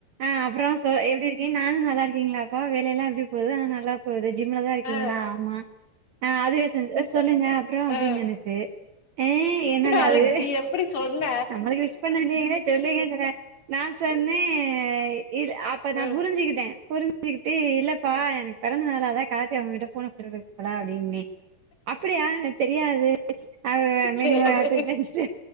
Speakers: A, on the right (about 70°); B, on the left (about 30°).
A: ஆ அப்றோ சொ எப்டி இருக்கீங்க நானு நல்லா இருக்கீங்ளாப்பா வேல எல்லா எப்டி போது அ நல்லா ஓ இது ஜிம்ல தா இருக்கீங்களா
B: அ
A: ஆமா ஆ அதுவெ செஞ் அ சொல்லுங்க அப் அப்பறோ அப்டின்னு
B: அ
A: நெனச்சு ஏ என்னடா
B: அதுக்கு
A: இது
B: நீ எப்டி சொன்ன
A: நம்மளுக்கு விஷ் பன்ன <unintelligible> சொல்லுங்கங்குற நா சொன்னே இல் அப்ப
B: ம்
A: நா புரிஞ்சுகிட்டே புரிஞ் சிக்கிட்டு இல்லபா எனக்கு பெறந்தனாலு அதா கார்த்தி உங்ககிட்ட ஃபோன குடுதுது போல அப்டின்னே அப்டியா எனக்கு தெரியாது அ மெனி
B: சேரி
A: மோர் ஹேப்பி ரிட்டன் சிஸ்ட